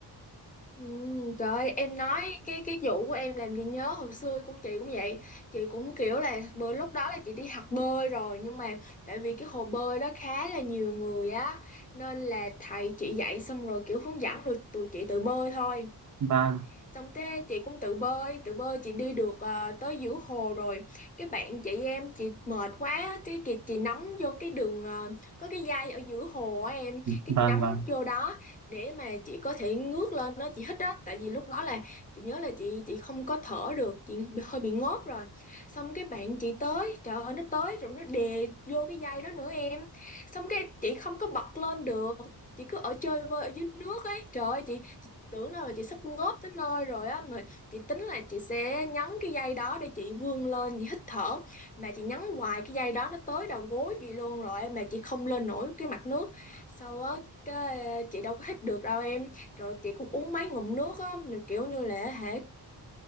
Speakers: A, on the left; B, on the right.
A: Ừm, trời ơi, em nói cái cái vụ của em làm gì nhớ hồi xưa con chị cũng vậy chị cũng kiểu là bữa lúc đó là chị đi học bơi rồi nhưng mà tại vì cái hồ bơi đó khá là nhiều người á nên là thầy chị dạy xong rồi kiểu hướng dẫn rồi tụi chị tự bơi thôi
B: vâng
A: xong thế chị cũng tự bơi tự bơi chị đi được ờ, tới giữa hồ rồi cái bạn chị em chị mệt quá cái chị, chị nắm vô cái đường ờ, có cái dây ở giữa hồ á em cái
B: vâng
A: chị nắm
B: vâng
A: vô đó để mà chị có thể ngước lên đó chị hít đó tại vì lúc đó là chị nhớ là chị chị không có thở được chị bị- hơi bị ngốp rồi xong cái bạn chị tới trời ơi nó tới rồi nó đè vô cái dây đó nữa em xong cái chị không có bật lên được chị cứ ở chơi vơi ở dưới nước ấy trời ơi chị tưởng đâu là chị sắp ngốp tới nơi rồi á mà chị tính là chị sẽ nhấn cái dây đó để chị vươn lên chị hít thở mà chị nhấn hoài cái dây đó nó tới đầu gối chị luôn rồi em mà chị không lên nổi cái mặt nước sau á cái ờ, chị đâu có hít được đâu em rồi chị cũng uống mấy ngụm nước á rồi kiểu như là hễ